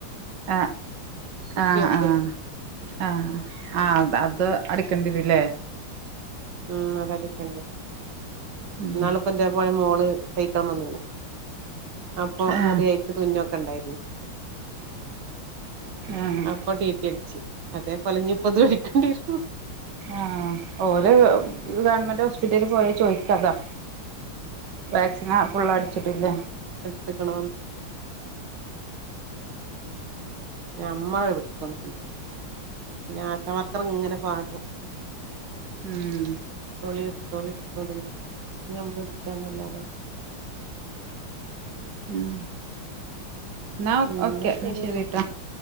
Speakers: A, on the right (about 60°); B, on the right (about 75°).
A: ആഹ്
B: കുത്തിവെപ്പേ
A: ആഹ് ആഹ് ആഹ് ആഹ് അത് അടക്കണ്ടിവരൂലെ
B: ഉം അത് അടക്കണ്ടിവരും
A: ഉം
B: നാളെ ഇപ്പ എൻ്റെ കൂടെ മോ ള് <unintelligible> അപ്പൊ
A: ആഹ്
B: മുറിയായിട്ട് തുന്നൊക്കെ ഉണ്ടായിരുന്നു
A: ആഹ്
B: അപ്പൊ ടി ടി അടിച്ച് അതെ അല്ലെങ്കി ഇപ്പ അത് എട്ക്കണ്ടി വരും
A: ആഹ് ഓരോ ഗവണ്മെൻ്റ് ഹോസ്പിറ്റലി പോയാ ചോയിക്കതാ വാക്സിൻ ആ പുള്ളാ അടു ച്ചിട്ടില്ല
B: വെപ്പിക്കണോന്ന് നമ്മള് എടുക്കുന്നില്ല ആശ വർക്കർ ഇങ്ങനെ പാടും വന്ന്ട്ട്
A: ഉം
B: എടുത്തോളി എടുത്തോളി എടുത്തോളി എന്ന് പറഞ്ഞ് അപ്പ നമ്മള് എടുത്താന്നല്ലാതെ
A: ഉം എന്നാ
B: ഉം
A: ഓക്കെ
B: ഇന്നാ
A: എന്ന
B: ശരി
A: ശരീട്ട